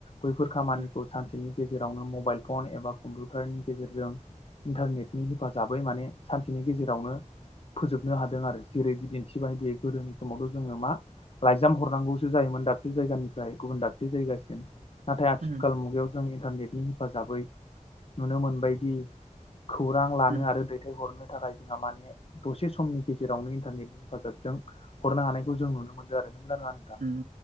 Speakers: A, on the left; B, on the right.
A: बैफोर खामानि
B: उम
A: बिनि गेजेरावनो मबाइल फन एबा कम्पिउटारनि गेजेरजों इन्टारनेटनि हेफाजाबै माने सानसेनि गेजेरावनो फोजोबनो हादों आरो। जेरै बिदिन्थि बायदि गोदोनि समावथ' जोङो मा लाइजाम हरनांगौसो जायोमोन दाबसे जायगानिफ्राय गुबुन दाबसे जायगासिम नाथाय आथि
B: उम
A: खाल मुगायाव जों इन्टारनेटनि हेफाजाबै नुनो मोनबायदि खौरां लानो
B: उम
A: आरो दैथायहरनो थाखाय जोंहा माने दसे समनि गेजेरावनो इन्टारनेटनि हेफाजाबजों हरनो हानायखौ जों नुनो मोनदों आरो। <unintelligible> नङा नोंथां
B: उम